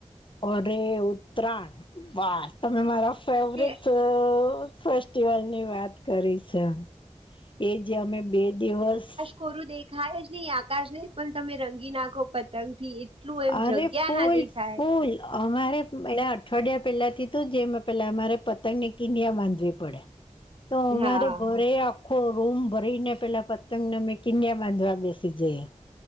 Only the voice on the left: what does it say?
અરે ઉતરાયણ વા તમે મારા ફેવરેટ
અ ફેસ્ટિવલ ની વાત કરી છે એ જે અમે બે દિવસ
અરે
ફૂલ
ફૂલ અમારે એ અઠવાડિયા પેલાથી તો જેમાં પેલા અમારે પતંગને કિનિયા બાંધવી પડે.
તો અમારે
ઘરે આખો રૂમ ભરી ને પેલા પતંગને અમે કિન્યા બાંધવા બેસી જઈ એ.